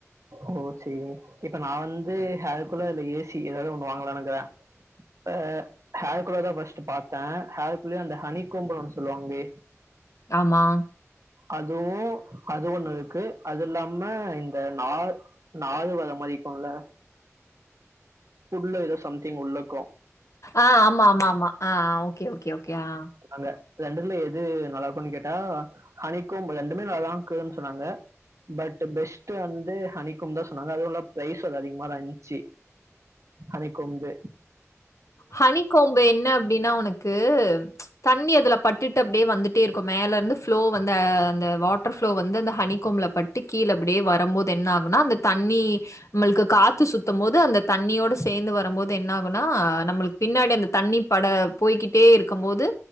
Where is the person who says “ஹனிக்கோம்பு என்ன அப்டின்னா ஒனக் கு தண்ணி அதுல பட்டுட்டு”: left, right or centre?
Left